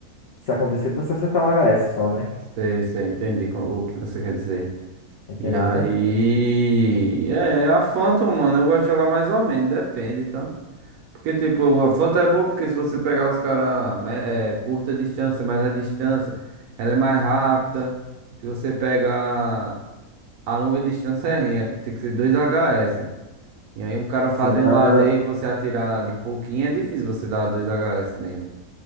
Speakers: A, on the left; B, on the right.
A: se acontecer de você acertar um HS só, né?
B: Sei, sei, entendi co- o que você quer dizer.
A: Entendendo,
B: E aí.
A: né?
B: É, a Phantom, mano, eu gosto de jogar mais ou menos, depende, tá? Porque, tipo, a Phantom é boa porque se você pegar os caras é, curta distância, mas a distância, ela é mais rápida. Se você pegar a longa distância, é ruim, é- tem que ser 2HS. E aí, um cara
A: Sim,
B: fazendo
A: ela,
B: um a
A: ela-
B: AD e você atirar de pouquinho, é difícil você dar 2HS nele.